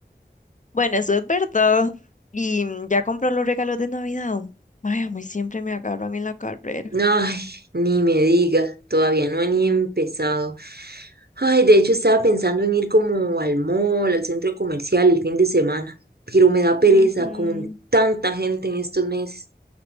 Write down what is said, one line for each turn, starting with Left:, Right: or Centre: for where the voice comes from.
Left: Bueno, eso es verdad. Y mm, ya compró los regalos de Navidad. Ay, a mí siempre me agarran en la carrera.
Right: Ay, ni me digas, todavía no he ni empezado. Ay, de hecho estaba pensando en ir como al mall, al centro comercial el fin de semana, pero me da
Left: Ujú.
Right: pereza con tanta gente en estos meses.